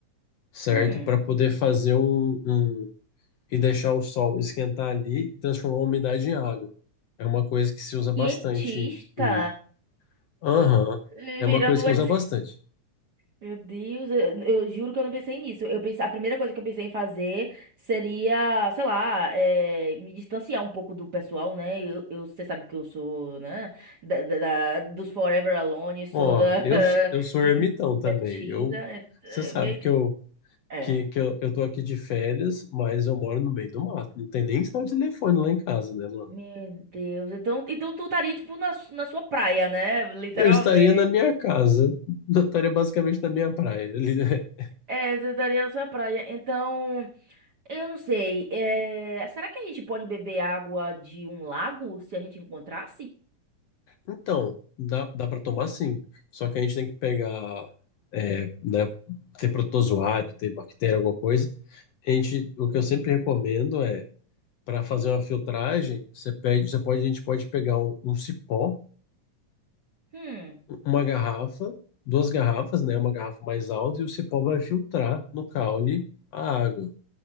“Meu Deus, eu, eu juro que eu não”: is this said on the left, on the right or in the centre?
Right